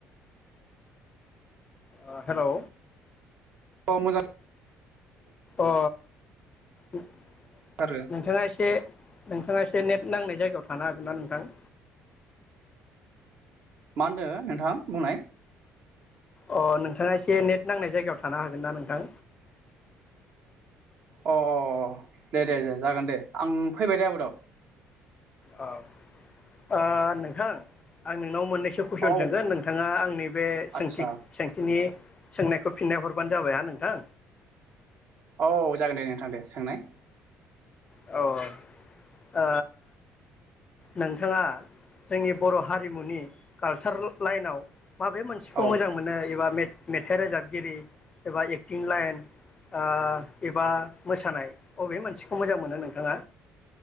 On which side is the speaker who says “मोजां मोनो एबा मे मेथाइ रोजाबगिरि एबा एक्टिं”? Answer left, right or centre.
Left